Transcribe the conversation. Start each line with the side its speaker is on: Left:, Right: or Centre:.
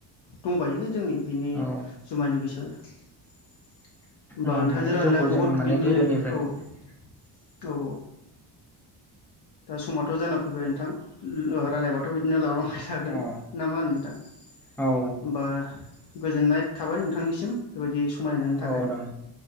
Left: दंबायो जोंनि बिनि
Centre: औ
Left: जुमायनि बिसय होमबा
Centre: औ
Left: नोंथांजों
Centre: माने
Left: रायलायना
Centre: जौखौ जों
Left: बहुद
Centre: माने
Left: बिदिनो
Centre: गोदोनिफ्राय
Left: औ औ औ। दा समाथ' जाना फैबाय नोंथां रायलायबाथ' बिदिनो लावलां बाय थागोन
Centre: औ
Left: ना मा होनो नोंथां?
Centre: औ
Left: होमबा गोजोननाय थाबाय नोंथांनिसिम। बेबायदि समायनायनि थाखाय
Centre: औ दं